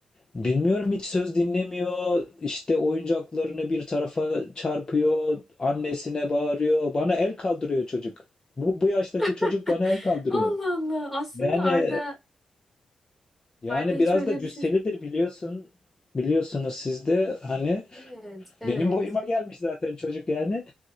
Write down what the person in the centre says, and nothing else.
<laughs>
Allah Allah. Aslında
Arda
Arda hiç
öyle
bir çocuk değil.
Evet, evet.